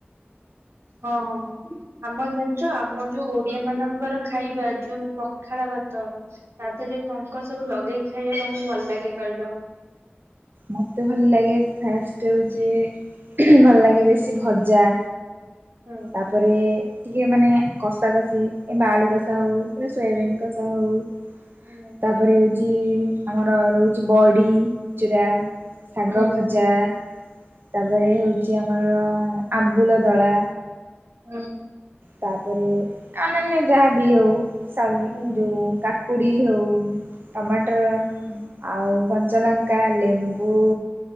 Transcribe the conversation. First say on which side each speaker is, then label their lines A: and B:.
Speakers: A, on the right; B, on the right.
A: ହଁ ଆମ ଜେ ଯ ଆମର ଯୋଉ ଓଡିଆ ମାନଙ୍କର ଖାଇବା ଯୋଉ ପଖାଳ ଭାତ ତା ଦେହରେ କଙ୍କ ସବୁ ଲଗେଇ ଖାଇଲେ ତମକୁ ଭଲ ଲାଗେ କଇଲ?
B: ମୋତେ ଭଲ ଲାଗେ ଫାଷ୍ଟ ହେଉଛି ଭଲ ଲାଗେ ବେଶୀ ଭଜା
A: ଉଁ।
B: ତାପରେ ଟିକେ ମାନେ କଷା କଷି କିମ୍ଵା ଆଳୁ କଷା ହଉ କିମ୍ବା ସୋୟାବିନ୍ କଷା ହୋଉ
A: ହୁଁ
B: ତାପରେ ହଉଚି ଆମର ରହୁଚି ବଡ଼ି ଚୂୁରା ଶାଗ
A: ହୁଁ
B: ଭଜା ତାପରେ ହେଉଚି ଆମର ଆମ୍ବୁଲ ଦଳା
A: ହୁଁ।
B: ତାପରେ ଅନ୍ୟନ୍ୟ ଯାହା ବି ହୋଉ ସଉ
A: ହୁଁ
B: କା ପୁଡ଼ି ହେଉ ଟମାଟର
A: ହୁଁ
B: ଆଉ କଞ୍ଚାଲଙ୍କା ଲେମ୍ବୁ